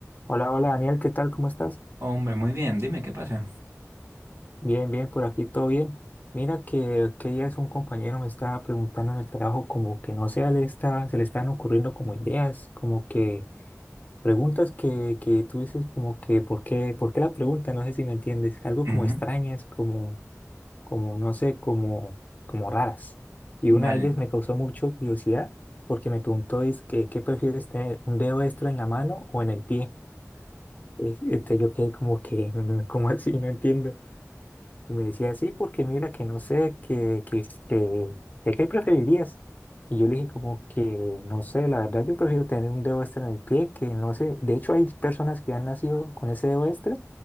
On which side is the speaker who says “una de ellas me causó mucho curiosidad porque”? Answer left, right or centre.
Left